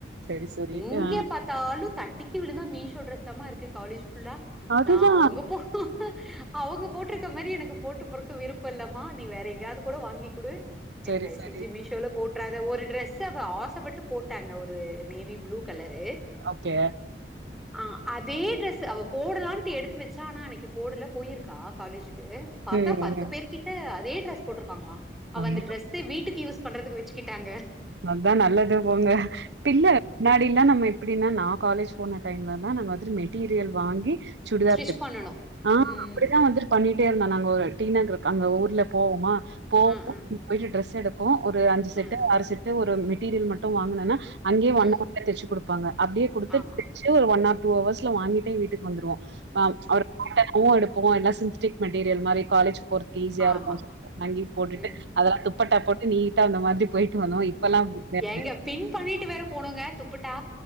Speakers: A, on the right; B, in the centre.
A: செரி செரி
B: எங்கே
A: ஆ
B: பாத்தாலும் தட்டிக் டி விழுந்தா மீஷோ ட்ரஸ் தா மா இருக்கு காலேஜ் ஃபுல்லா
A: அதுதா
B: நா அவுங்க போ அவுங்க போட்டுருக்க மாரி எனக்கு போட்டு போறக்கு விருப்பல்லாமா நீ வேற கூட வாங்கி குடு எனக்கு
A: செரி
B: தயவு
A: செரி
B: செஞ்சி மீஷோல போட் றாத ஒரு ட்ரெஸ்ஸ அவா ஆசப்பட்டு போட்டாங்க ஒரு நெவி ப்ளூ கலரு
A: ஓகே
B: ஆ அதே ட்ரெஸ் அவா போடலான்ட்டு எடுத்து வச்சா ஆனா அன்னைக்கு போடல போயிருக்கா காலேஜ் இது பாத்தா
A: ம்
B: பத்து
A: ம்
B: பேர் கிட்ட அதே ட்ரெஸ் போட்ருக்காங்களா அவா
A: ஐயோ
B: அந்த டிரெஸ்ஸ வீட்டுக்கு யூஸ் பண்றதுக்கு வச்சு கிட்டாங்க
A: அதான் நல்லது போங்க பின்ன முன்னாடிலா நம்ம எப்டினா நா காலேஜ் போன டைம்ல தா இந்த மாரி மெட்டீரியல் வாங்கி சுடிதார்
B: ஸ்டிச்
A: தைப்
B: பண்ணனு
A: ஆ
B: ம்
A: அப்டிதா வந்துட் பண்ணிட் டே இருந்தா நாங்க ஒரு டி நகர்க் அங்க ஊர்ல போவோமா போவோ
B: ஆ ஆ
A: போய்ட்டு ட்ரஸ் எடுப்போ ஒரு அஞ்சு செட்டு
B: ஆ
A: ஆறு செட் ஒரு மெட்டீரியல் மட்டும் வாங்னன்னா அங்யே
B: ஆ
A: ஒன் ஹர்ல தச்சுகுடுப்பாங்க அப்டியே குடுத்து
B: ஆமா.
A: தச்சி ஒரு ஒன் ஹர் டூ ஹவர்ஸ்ல வாங்கிட்டே வீட்டுக்கு வந்துருவோ ஆ ஒரு பேட்டர்னு எடுப் போ எல்லா சின்டிக் மெட்டீரியல் மாரி காலேஜ் போறத்துக்கு ஈஸியாருக்கும்
B: ஆமா.
A: சொல்ட்டு அங்கியும் போட்டுட்டு
B: ம்.
A: அதெல்லா துப்பட்டா
B: ம்.
A: போட்டு நீட் ட்ட அந்த மாதிரிப் போய்ட்டு வந்தோ இ இப்பெல்லா அப்டி கெடையாது
B: ஏங்க பின் பண்ணிட்டு வேற போனோங்க துப்பட்டா.